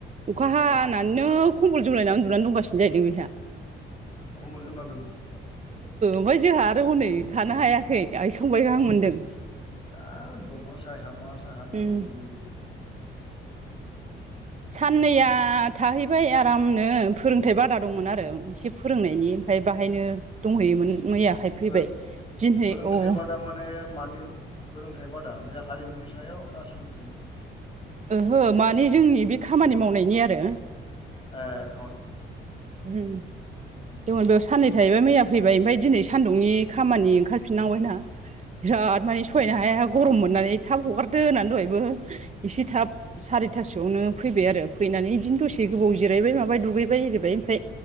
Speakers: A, on the right; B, on the left.
A: अखा हानानैनो
B: औ
A: खम्बल जोमलायनानै उन्दुनानै दंगासिनो जाहैदों बेहा
B: खम्बल जोमनांदों
A: ओमफ्राय जोंहा आरो हनै थानो हायाखै आइखांबायायखां मोन्दों
B: दा दंफांसाया मा साया नायगिरनो
A: उम
B: गोनां जायो जाङा
A: साननैया थाहैबाय आरामनो फोरोंथाइ बादा दंमोन आरो एसे फोरोंनायनि ओमफ्राय बाहायनो दंहैयोमोन मैयाहाय
B: फोरों
A: फैबाय दिनहै
B: फोरोंथाइ
A: औ
B: बादा माने फोरोंथाइ बादा बे हारिमुनि सायाव ना सोलोंथाइनि
A: ओहो माने जोंनि बे खामानि मावनायनि आरो
B: आ
A: बेयाव
B: उम
A: साननै थाहैबाय मैया फैबाय ओमफ्राय दिनै सदुंनि खामानि ओंख ओंखारफिननांबायना बिराद मानि सहायनो हाया गरममोन नानै थाब हगारदो होननानै दहायबो एसे थाब सारिथासोआवनो फैबाय आरो फैनानै बिदिनो दसे गोबाव जिरायबाय माबाय दुगैबाय एरायिबाय ओमफ्राय